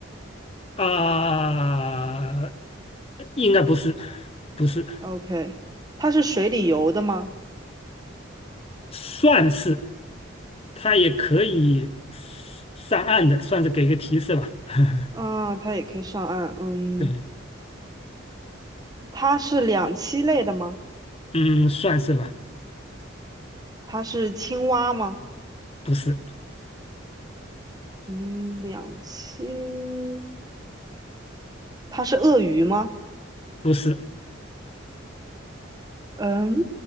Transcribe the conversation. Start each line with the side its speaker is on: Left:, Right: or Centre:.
Left: 啊，应该不是，不是，
Right: ？OK，它是水里游的吗？
Left: 算是，它也可以上岸的，算是给一个提示吧，<laughs>
Right: 啊，它也可以上岸。嗯，
Left: 对，
Right: 它是两栖类的吗？
Left: 嗯，算是吧，
Right: 它是青蛙吗？
Left: 不是。
Right: 嗯，两栖。它是鳄鱼吗？
Left: 不是
Right: 嗯，